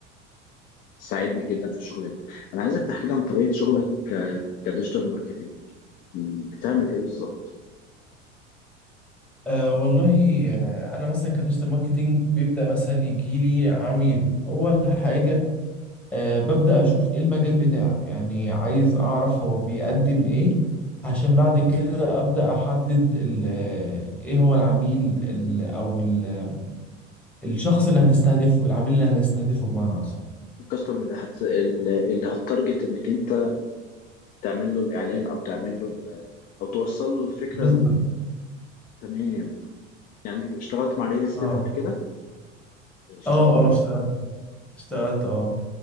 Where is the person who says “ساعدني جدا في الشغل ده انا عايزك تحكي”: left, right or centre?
Left